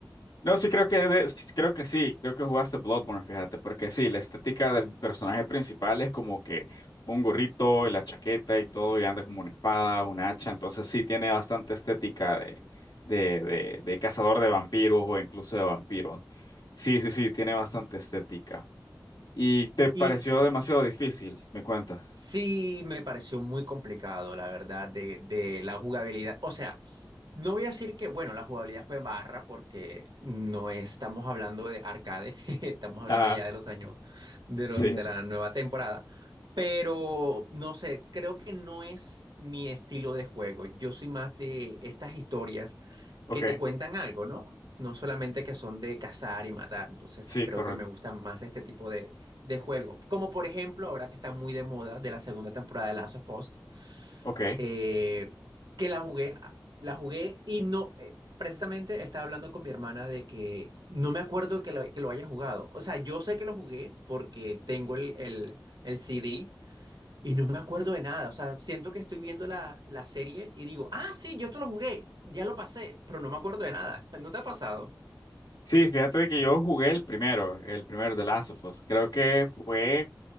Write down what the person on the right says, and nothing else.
Y
sí me pareció muy complicado, la verdad, de, de la jugabilidad. O sea, No voy a decir que, bueno, la jugabilidad fue barra porque no estamos hablando de arcade, <laughs> estamos hablando
ya de los años de, lo-
de la nueva temporada, pero no sé, creo que no es mi estilo de juego. Yo soy más de estas historias
que te cuentan algo, ¿no? No solamente que son de cazar y matar, entonces
creo
que me gustan más este tipo de, de juegos, como por ejemplo ahora que está muy de moda de la segunda temporada de Last of Us,
eh, que la jugué, ah, la jugué y no, eh, precisamente estaba hablando con mi hermana de que no me acuerdo que lo, que lo haya jugado. O sea, yo sé que lo jugué porque tengo el, el, el CD y no me acuerdo de nada. O sea, siento que estoy viendo la, la serie y digo, ah, sí, yo esto lo jugué, ya lo pasé, pero no me acuerdo de nada. <laughs> ¿No te ha pasado?